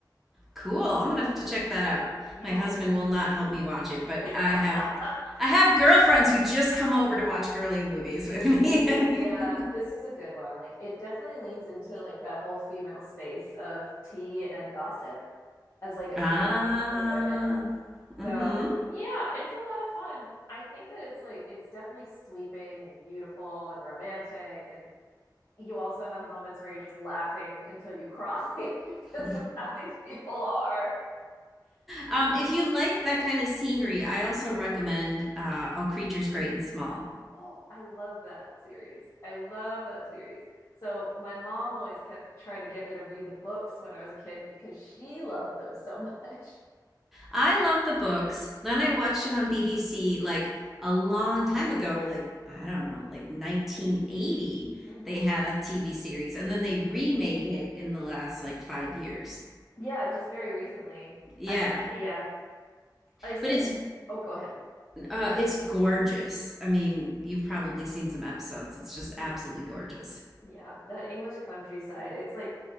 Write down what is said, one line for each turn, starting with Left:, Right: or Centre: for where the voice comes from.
Centre: Cool. I'm gonna have to check that out.
Left: yeah.
Centre: My husband will not help me watch it, but
Left: <laughs>
Centre: I have I have girlfriends who just come over to watch girly movies with
Left: Ooh,
Centre: me. And
Left: yeah, this is a good one. Like it definitely leans into like that whole female space of tea and gossip. as like a
Centre: <laughs> ah,
Left: safe space for women. So
Centre: mm-hmm.
Left: yeah, it's a lot of fun. I think that it's like it's definitely sweeping and beautiful and romantic and you also have moments where you're just laughing until you cry <laughs> because
Centre: <laughs>
Left: of how these people are.
Centre: um, if you like that kind of scenery, I also recommend uh, All Creatures Great and Small.
Left: Oh, I love that series. I love that series. So my mom always kept trying to get me to read the books when I was a kid because she loved them so <laughs> much.
Centre: I love the books. Then I watched it on BBC like a long time ago, like I don't know, like 1980.
Left: hmm
Centre: They had a TV series and then they remade it in the last like 5 years.
Left: Yeah, just very recently.
Centre: Yeah.
Left: I've yeah, I've seen.
Centre: But it's
Left: Oh, go ahead.
Centre: uh it's gorgeous. I mean, you've probably seen some episodes. It's just
Left: hmm
Centre: absolutely gorgeous.
Left: Yeah, that English countryside. It's like,